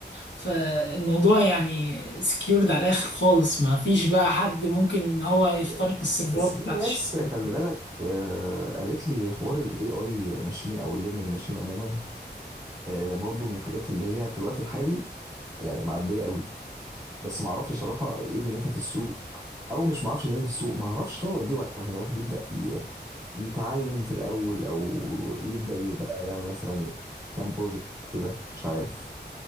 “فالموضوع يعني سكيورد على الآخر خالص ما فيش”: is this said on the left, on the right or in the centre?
Left